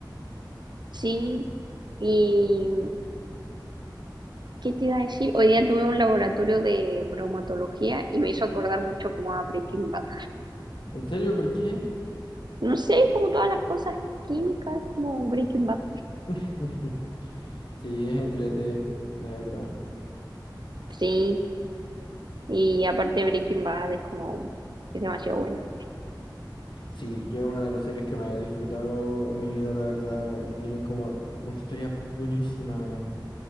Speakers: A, on the right (about 65°); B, on the left (about 75°).
A: Sí, y ¿qué te iba a decir? Hoy día tuve un laboratorio de bromatología y me hizo acordar mucho como a Breaking Bad.
B: ¿En serio? ¿Por qué?
A: No sé, como todas las cosas químicas, como Breaking Bad.
B: <laughs> Sí, es entrete, de verdad.
A: Sí, y aparte Breaking Bad es como, es demasiado buena.
B: Sí, yo es una de las series que más he disfrutado en mi vida, la verdad, y tiene como una historia buenísima, weón.